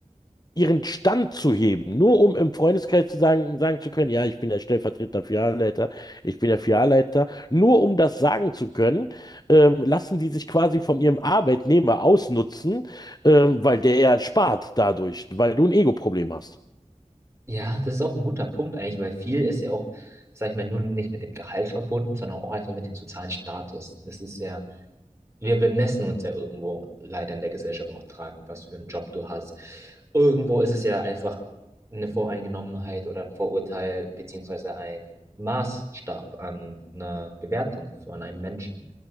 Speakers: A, on the left (about 30°); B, on the right (about 20°).
A: ihren Stand zu heben, nur um im Freundeskreis zu sagen, sagen zu können, ja, ich bin der stellvertretende Filialleiter, ich bin der Filialleiter, nur um das sagen zu können, ähm, lassen die sich quasi von ihrem Arbeitnehmer ausnutzen, ähm, weil der ja spart dadurch, weil du ein Ego-Problem hast.
B: Ja, das ist auch ein guter Punkt eigentlich, weil viel ist ja auch, sag ich mal, nur nicht mit dem Gehalt verbunden, sondern auch einfach mit dem sozialen Status. Es ist ja, wir bemessen uns ja irgendwo leider in der Gesellschaft auch dran, was für einen Job du hast. Irgendwo ist es ja einfach eine Voreingenommenheit oder ein Vorurteil, beziehungsweise ein Maßstab an einer Bewertung von einem Menschen.